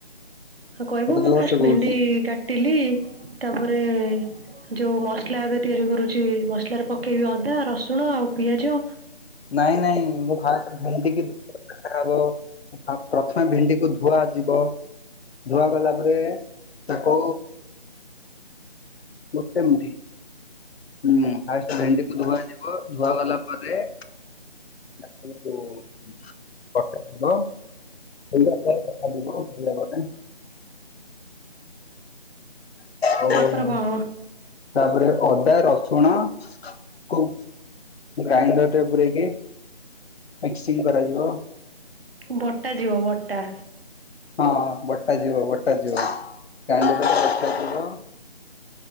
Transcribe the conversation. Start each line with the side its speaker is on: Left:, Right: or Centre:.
Right: ସେ କହିଲେ
Left: ତ
Right: ମୁଁ
Left: ଜୋରସେ
Right: ଫାଷ୍ଟ
Left: କହୁଛି
Right: ଭେଣ୍ଡି କାଟିଲି ତାପରେ ଯୋଉ ମସଲା ଏବେ ତିଆରି କରୁଛି ମସଲାରେ ପକେଇବି ଅଦା ରସୁଣ ଆଉ ପିଆଜ
Left: ନାଇଁ ନାଇଁ ମୁଁ ଖା ଭେଣ୍ଡିି ହବ ଆ ପ୍ରଥମେ ଭେଣ୍ଡିକୁୁ ଧୁଆ ଯିବ ଧୁଆ ଗଲା ପରେ ତାକୁ ଗୋଟେ ମୁ ହୁଁ ଫାଷ୍ଟ ଭେଣ୍ଡିକୁୁ ଧୁଆ ଯିବ ଧୁଆ ଗଲା ପରେ ଉ <unintelligible> <unintelligible> ଆଉ
Right: ତାପର କଣ?
Left: ତାପରେ ଅଦା ରସୁଣ କୁ? ସେ ଗ୍ରାଇଣ୍ଡରରେ ଟେ ପୁରେଇକି ମିକସିଂ କରାଯିବ
Right: ବଟା ଯିବ ବଟା
Left: ହଁ ବଟା ଯିବ ବଟା ଜିବ ଗ୍ରାଇଣ୍ଡର ବଟାଜିବ